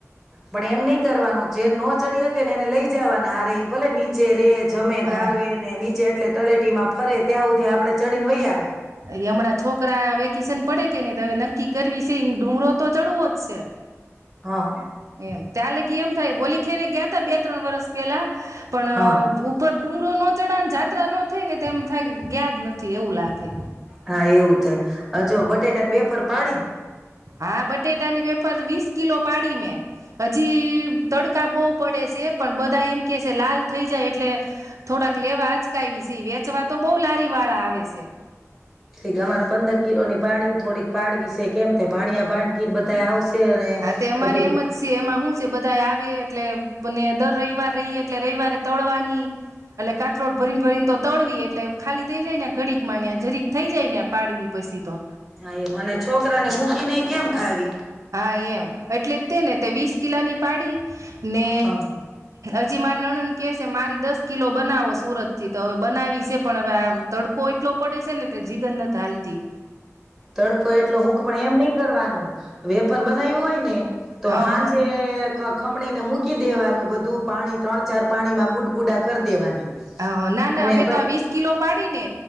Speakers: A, in the centre; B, on the right (about 75°).
A: પણ એમ નહી કરવાનું જે ન ચડી હકે ને એને લઈ જવાના આ ર ભલે નીચે રેજ જમે કારવે
B: હા
A: ને નીચે એટલે તલેટીમાં ફરે ત્યાં સુધી આપણે ચડીને વહીં આવાય.
B: હમણાં છોકરા વેકિશન પડે કે નહી હવે નક્કી કરવી છે ડુંગરો તો ચડવો જ છે.
A: હા
B: એમ ત્યાં લગી એમ થાય બોલી જ્યારે ગયા ત બે ત્રણ વરસ પહેલા પણ
A: હા
B: ઉપર ડુંગરો ન ચઢાન‌ જાત્રા ન થઈ ને તેમ થાય ગયા નથી એવું લાગે.
A: હા એવું થાય હ જો
B: એમ
A: બટેટા વેફર પાડી!
B: હા બટેટા ની વે વેફર વીસ કિલો પાડી મે. હજી તડકા બહુ પડે છે. ફર પણ બધા એમ કે છે લાલ થઈ જાય એટલે થોડાક લેવા અચકાવી છે. વેચવા તો બહ લારી વાળા આવે છે.
A: <inaudible> અમારે પંદર કિલોની પાડીને, થોડીક પાડવી છે કેમકે ભાણીયા ભાસ્કર બધાય આવશે અને
B: હા તે અમારે
A: પછી
B: એમ જ છે એમાં શું છે. બધા આવે એટલે અને દર રવિવાર રહી એટલે રવિવારે તળવાની એટલે કાથરોડ ભરીને ભરીને તો તળવી એટલે ખાલી થઈ જાય ને ઘડી મા જરીક થઈ જાય ને પાડવી પછી તો
A: હા એ મને છોકરા ને મૂકી નઈ કેમ ખાવી.
B: હા એમ એટલે. તે ને તે વીસ કિલાની પાડી. ને.
A: હા
B: હજી મા નણન કે છે મારી દસ કિલો બનાવો સુરત થી તો હવે બનાવી છે પણ હવે આ તડકો એટલો પડે છે ને તે જીગર નથીાલતી.
A: તડકો એટલો હુક પણ એમ નહી કરવાનું વેફર બનાવ્યું હોય ને. તો
B: હ હ
A: હા જે. ખમણીને મૂકી દેવાનું બધું પાણી ત્રણ ચાર પાણી માં બુડ બુડા કરી દેવાની.
B: હ ના ના
A: અને
B: અમે તો આ વીસ કિલો પાડી ને